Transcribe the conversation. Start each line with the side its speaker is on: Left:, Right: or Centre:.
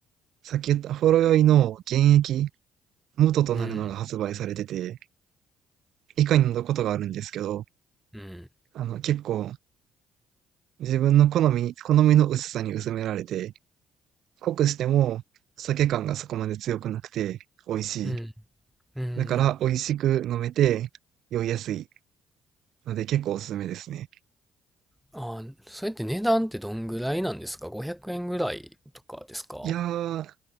Right: さっき言ったほろ酔いの原液元となるのが発売されてて、
Centre: うん、
Right: 以下に載ることがあるんですけど、
Centre: うん、
Right: あの、結構自分の好み、好みの薄さに薄められて、濃くしても酒感がそこまで強くなくて美味しい。
Centre: うん、うん。
Right: だから美味しく飲めて酔いやすいので結構おすすめですね。
Centre: ああ、それって値段ってどんぐらいなんですか ?500 円ぐらいとかですか
Right: いやー、